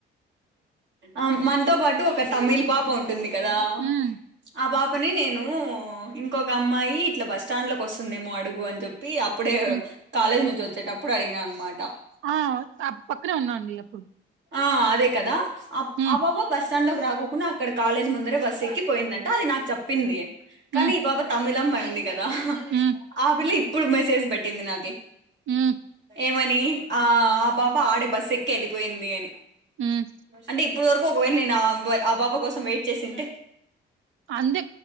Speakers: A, on the right; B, on the right.
A: ఉమ్ మనతో పాటు ఒక తమిళ్ పాప ఉంటుంది కదా
B: ఉమ్
A: ఆపాప్ పని నేను ఇంకొక అమ్మాయి ఇట్ల బస్ స్టాండ్ లోకి వస్తుందేమో అడుగు అని చెప్ ప్పి అప్పుడే
B: ఉమ్
A: కాలేజ్ నుంచి వచ్చేటప్పుడు అడిగిన అన్నమాట
B: ఆ ఆ పక్కనే ఉన్నాండి అప్పుడు
A: ఆ అదే కదా
B: ఉమ్
A: అబబ బస్ కి రాకోకుండా అక్కడ కాలేజ్ ముందరే బస్ ఎక్కిపోయిందంటే అది నాకు చెప్పింది కానీ
B: ఉమ్
A: ఈ పాప తమిళ్ పిల్ల మారింది కదా
B: ఉమ్
A: ఆ పిల్ల ఇప్పుడు మెసేజ్ పెట్టింది నాకి
B: ఉమ్
A: ఏమని ఆ ఆ పాప ఆడే బస్ ఎక్కి వెళ్ళిపోయింది అని
B: ఉమ్
A: అంటే ఇప్పడు వరకు ఒకవేళ నేను ఆ పాప కోసం వెయిట్ చేసుంటే
B: అంతే